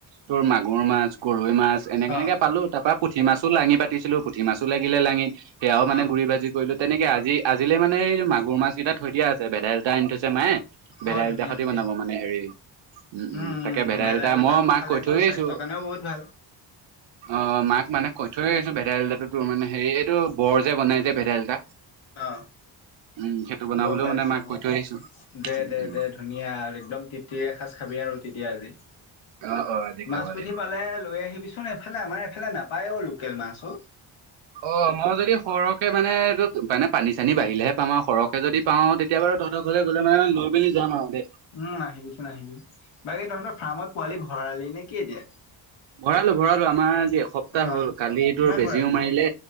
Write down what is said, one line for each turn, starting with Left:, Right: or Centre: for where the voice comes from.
Right: তোৰ মাগুৰ মাছ, গৰৈ মাছ, এনেকে
Left: অ
Right: এনেকে পালো তাৰপা পুঠি মাছো লাঙি পাতিছিলো। পুঠি মাছো লাগিলে লাঙিত, সেয়াও মানে
Left: অ
Right: গুৰি ভাজি তেনেকে আজি আজিলে, মানে এই মাগুৰ মাছ কেইটা থৈ দিয়া আছে। ভেদাইলতা আনি থৈছে মায়ে। ভেদাইলতাৰে
Left: অ ধুনীয়া
Right: সৈতে
Left: ধুনীয়া
Right: বনাব মানে হেৰি। উম-উম
Left: উম উম
Right: তাকে ভেদাইলতাই
Left: ভেদাইলতাটো
Right: মই মাক
Left: খালেতো
Right: কৈ থৈ আহিছো।
Left: স্বাস্থ্যৰ কাৰণেও বহুত ভাল
Right: অ, মাক মানে কৈ থৈ আহিছো, ভেদাইলতাও তোৰ মানে হেৰি এইটো বৰ যে বনাই যে ভেদাইলতা।
Left: অ',
Right: উম সেইটো বনাবলৈও
Left: গম পাইছো।
Right: মানে মাক
Left: অ,
Right: কৈ থৈ আহিছো।
Left: দে-দে-দে
Right: উম উম।
Left: ধুনীয়া আৰু একদম তৃপ্তিৰে এসাজ। খাবি, আৰু তেতিয়া আজি
Right: অ অ আজি খাব
Left: মাছ পুঠি
Right: লাগিব।
Left: পালে লৈ আহিবি চোন। এফালে আমাৰ, এফালে নাপ পায় অ, লোকেল মাছ অ,
Right: অ, মই যদি সৰহকে মানে এইটো মানে পানী চানী বাঢ়িলেহে পাম আৰু সৰহকে যদি পাও তেতিয়া বাৰু তহতৰ ঘৰলে গ'লে মানে, লৈ মেলি যাম আৰু। দেই।
Left: উম, আহিবিচোন আহিবি। বাকী তহতৰ ফাৰ্মত পোৱালি ভৰালি নে কি এতিয়া?
Right: ভৰালো-ভৰালো, আমাৰ আজি এসপ্তাহ
Left: অ
Right: হ'ল। কালি
Left: কিমান
Right: তোৰ বেজিও
Left: ভৰালি
Right: মাৰিলে।